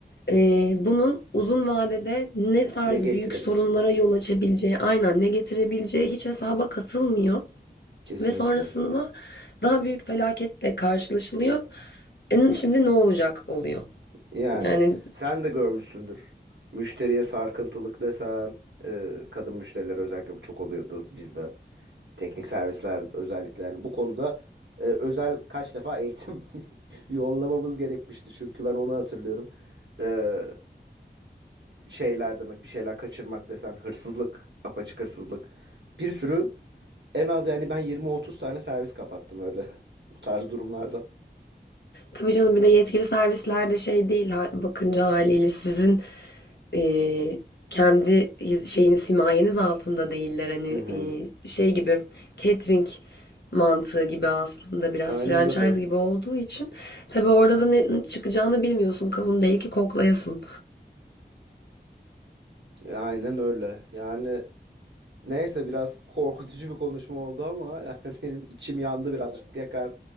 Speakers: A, on the left (about 70°); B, on the right (about 85°).
A: Ee, bunun uzun vadede ne tarz
B: Ne getirebileceği
A: büyük sorunlara yol açabileceği, aynen ne getirebileceği hiç hesaba katılmıyor.
B: kesinlikle.
A: Ve sonrasında daha büyük felaketle karşılaşılıyor. E, şimdi ne olacak oluyor.
B: Yani
A: Yani
B: sen de görmüşsündür. Müşteriye sarkıntılık desen, e, kadın müşteriler özellikle bu çok oluyordu bizde. Teknik servisler özellikle yani bu konuda e, özel kaç defa eğitim <laughs> yollamamız gerekmişti çünkü ben onu hatırlıyorum. E, şeyler demek bir şeyler kaçırmak desen hırsızlık, apaçık hırsızlık. Bir sürü en az yani ben yirmi otuz tane servis kapattım öyle <laughs> bu tarz durumlarda.
A: tabii canım bir de yetkili servisler de şey değil ha- bakınca haliyle sizin e, kendi hiz- şeyiniz himayeniz altında değiller. Hani
B: Hı hı.
A: e, şey gibi catering mantığı gibi aslında biraz
B: Aynen
A: franchise
B: öyle.
A: gibi olduğu için tabii orada da ne çıkacağını bilmiyorsun. Kavun değil ki koklayasın.
B: Aynen öyle. Yani Neyse biraz korkutucu bir konuşma oldu ama yani <laughs> benim içim yandı birazcık yakar.